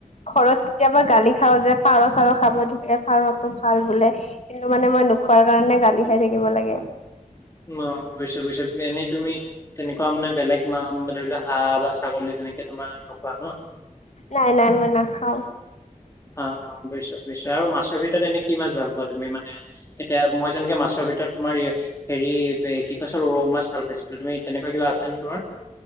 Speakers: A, on the left (about 55°); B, on the left (about 20°).
A: ঘৰত কেতিয়াবা গালি খাওঁ যে, পাৰ চাৰ খাব দিে পাৰটো ভাল বোলে কিন্তু মানে মই নোখোৱাৰ কাৰণে গালি খাই থাকিব লাগে।
B: অ', বুইছো বুজিছো, তুমি এনেই তুমি, তেনেকুৱা মানে বেলেগ মা মানে, ধৰি লোৱা হাঁহ বা ছাগলী যেনেকে তোমাৰ নোখোৱা ন?
A: নাই নাই, মই নাখাওঁ।
B: অ', অ', বুজিছো বুজিছো, আৰু মাছৰ ভিতৰত এনে কি মাছ ভাল পোৱা, তুমি মানে এতিয়া মই যেনেকে মাছৰ ভিতৰত তোমাৰ এই হেৰি এ কি কৈছ ৰৌ মাছ ভাল পাইছিলো তুমি তেনেকুৱা কিবা আছে নে তোমাৰ?